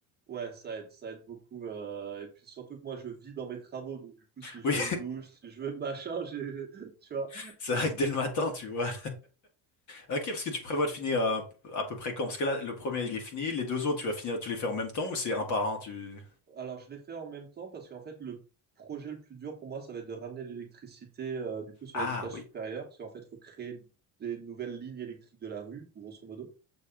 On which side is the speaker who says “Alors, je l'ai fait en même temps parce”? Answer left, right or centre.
Right